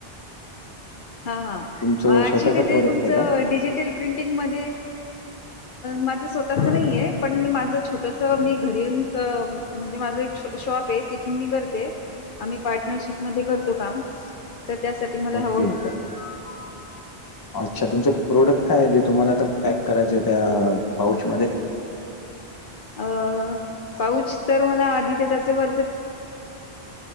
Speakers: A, on the left; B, on the left.
A: हा
B: तुमचं
A: हा ऍक्च्युली
B: स्वतःच प्रोडक्ट
A: ते तुमचं
B: आहे का
A: डिजिटल प्रिंटिंग म माझं स्वतःच नाही आहे पण मी माझ छट ोस मी घरी ये म्हणजे माझा एक शॉप आहे तिथून मी करते आम्ही पार्टनरशिप म करतो काम तर त्यासाठी मला
B: ओके
A: हवं होतं <unintelligible>
B: अच्छा तुमचं प्रोडक्ट काय आहे जे तुम्हाला आता पॅक करायचंय त्या पाउचमध्येध्ये
A: अ पाऊच तर मला आधी तर त्याच वरच